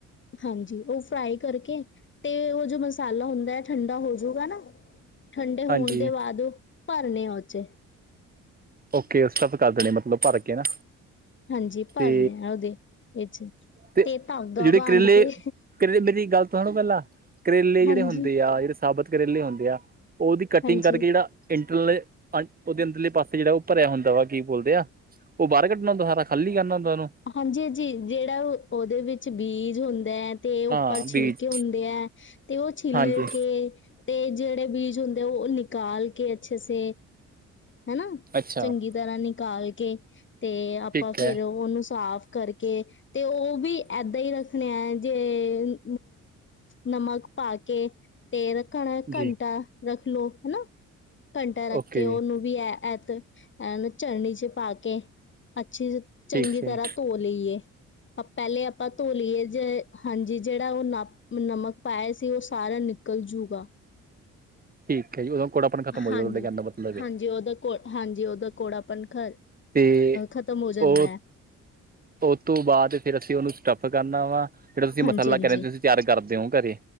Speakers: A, on the left; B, on the right.
A: ਹਾਂਜੀ, ਓ ਫਰਾਈ ਕਰਕੇ ਤੇ ਓ ਜੋ ਮਸਾਲਾ ਹੁੰਦਾ, ਠੰਡਾ ਹੋਜੂਗਾ ਨਾ ਠੰਡੇ ਹੋਣ
B: ਹਾਂਜੀ
A: ਤੇ ਬਾਦ, ਭਰਨੇ ਆ ਓ ਚ
B: ਓਕੇ ਸਟਫ ਕਰ ਦੇਣੇ, ਮਤਲਬ ਭਰ ਕੇ ਨਾ।
A: ਹਾਂਜੀ ਭਰਨੇ
B: ਤੇ
A: ਆ, ਓਹਦੇ ਵਿੱਚ।
B: ਤੇ
A: ਧਾਗਾ
B: ਜੇੜੇ
A: ਬਾਂਧ
B: ਕਰੇਲੇ-ਕਰੇਲੇ
A: ਕੇ
B: ਮੇਰੀ ਗੱਲ ਤੋਂ ਸੁਣੋ ਪੈਲਾਂ ਕਰੇਲੇ ਜੇੜੇ
A: ਹਾਂਜੀ
B: ਹੁੰਦੇ ਆ, ਜੇੜੇ ਸਾਬਤ ਕਰੇਲੇ ਹੁੰਦੇ ਆ, ਓਦੀ ਕਟਿੰਗ
A: ਹਾਂਜੀ
B: ਕਰਕੇ ਜੇੜਾ ਇੰਟਰਨਲ, ਓਦੇ ਅੰਦਰਲੇ ਪਾਸੇ। ਤੇ ਜੇੜਾ ਓ ਭਰਿਆ ਹੁੰਦਾ ਵਾ ਕੀ ਬੋਲਦੇ ਆ, ਓ ਬਾਰ ਕੱਢਣਾ ਹੁੰਦਾ ਸਾਰਾ ਖਾਲੀ ਕਰਨਾ ਹੁੰਦਾ ਉਹਨੂੰ।
A: ਹਾਂਜੀ-ਹਾਂਜੀ, ਜੇੜਾ ਓਦੇ ਵਿੱਚ ਬੀਜ ਹੁੰਦੇ ਐ। ਤੇ ਉੱਪਰ
B: ਹਾਂ
A: ਛਿਲਕੇ
B: ਬੀਜ
A: ਹੁੰਦੇ ਐਤੇ ਓ ਛਿੱਲ
B: ਹਾਂਜੀ
A: ਕੇ। ਤੇ ਜੇੜੇ ਬੀਜ ਹੁੰਦੇ ਓ ਨਿਕਾਲ ਕੇ ਅੱਛੇ ਸੇ ਹਨਾ,
B: ਅੱਛਾ
A: ਚੰਗੀ ਤਰ੍ਹਾਂ ਨਿਕਾਲ ਕੇ ਤੇ ਆਪਾਂ
B: ਠੀਕ
A: ਫੇਰ
B: ਹੈ
A: ਉਹਨੂੰ ਸਾਫ਼ ਕਰਕੇ ਤੇ ਓ ਵੀ ਏਦਾਂ ਈ ਰੱਖਣੇ ਆ ਜੇ ਨਮਕ ਪਾ ਕੇ ਤੇ ਘੰਟਾ
B: ਜੀ
A: ਰੱਖਲੋ ਹਨਾ, ਘੰਟਾ ਰੱਖ
B: ਓਕੇ
A: ਕੇ ਉਹਨੂੰ ਵੀ ਐ ਤੇ ਐਨੂ ਚਨਨੀ ਚ ਪਾ ਕੇ, ਅੱਛੀ ਚੰਗੀ
B: ਠੀਕ ਹੈ
A: ਤਰ੍ਹਾਂ ਧੋ ਲਈਏ, ਪੈਲੇ ਆਪਾਂ ਧੋ ਲਈਏ ਜੇ ਹਾਂਜੀ ਜੇੜਾ ਓ ਨਮਕ ਪਾਇਆ ਸੀ, ਓ ਸਾਰਾ ਨਿਕਲ ਜੂਗਾ।
B: ਠੀਕ ਐ ਜੀ, ਓਦਾ ਕੋੜਾਪਨ ਖਤਮ
A: ਹਾਂਜੀ
B: ਹੋਜੂ। ਥੋਡੇ ਕੈਣ ਦਾ ਮਤਲਬ
A: ਹਾਂਜੀ
B: ਐ।
A: ਉਹਦਾ ਕੋ ਹਾਂਜੀ, ਓਦਾ ਕੋੜਾਪਨ ਖ
B: ਅਤੇ
A: ਖ਼ਤਮ ਹੋ ਜਾਂਦਾ
B: ਓ
A: ਹੈ
B: ਓਤੋਂ ਬਾਦ ਫੇਰ ਅਸੀਂ ਉਹਨੂੰ ਸਟੱਫ ਕਰਨਾ ਵਾ। ਜੇੜਾ ਤੁਸੀਂ
A: ਹਾਂਜੀ
B: ਮਸਾਲਾ
A: ਹਾਂਜੀ
B: ਤੁਸੀਂ ਤਿਆਰ ਕਰਦੇ ਓ, ਘਰੇ।